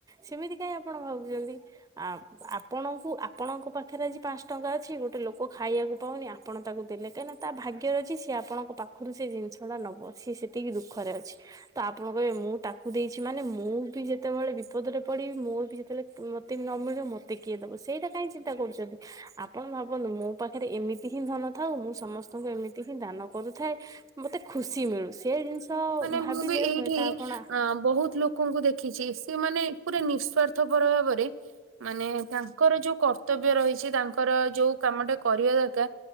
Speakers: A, on the right; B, on the right.
A: ସେମିତି ଆପଣ ଭାବୁଛନ୍ତି ଆପଣଙ୍କୁ ଆପଣଙ୍କ ପାଖରେ ଆଜି ପାଞ୍ଚ ଟଙ୍କା ଅଛି ଗୋଟେ ଲୋକ ଖାଇବାକୁ ପାଉନି ଆପଣ ତାକୁ ଦେଲେ କାହିଁକିନା ତା ଭାଗ୍ୟରେ ଅଛି ସିଏ ଆପଣ ପାଖରୁ ସେ ଜିନିଷ ଟା ନବ ସି ସେତିକି ଦୁଃଖରେ ଅଛି ତ ଆପଣ କହିବେ ମୁଁ ତାକୁ ଦେଇଛି ମାନେ ମୁଁ ମୁଁ ବି ଯେତେବେଳେ ବିପଦରେ ପଡ଼ିବି ମୋର ବି ଯେତେବେଳେ ମୋତେ ବି ନ ମିଳିବ ମୋତେ କିଏ ଦବ ସେଇଟା କାହିଁ ଚିନ୍ତା କରୁଛ? ଯଦି ଆପଣ ଭାବନ୍ତୁ ମୋ ପାଖରେ ଏମିତି ହିଁ ଧନ ଥାଉ ମୁଁ ସମସ୍ତଙ୍କୁ ଏମିତି ହିଁ ଦାନ କରୁଥାଏ ମତେ ଖୁସି ମିଳୁ ସେ ଜିନିଷ
B: ମାନେ
A: ଭାବିଲେ
B: ମୁଁ ବି ଏଇଠି
A: ହୁଏତ ଆପଣ
B: ଅ ବହୁତ ଲୋକଙ୍କୁ ଦେ ଖିଛି ସେମାନେ ପୁରା ନିଃସ୍ଵାର୍ଥପର ଭାବରେ ମାନେ ତାଙ୍କର ଯୋଉ କର୍ତ୍ତବ୍ୟ ରହି କିଛି ତାଙ୍କର ଯୋଉ କାମ ଟା କରିବା ଦରକାର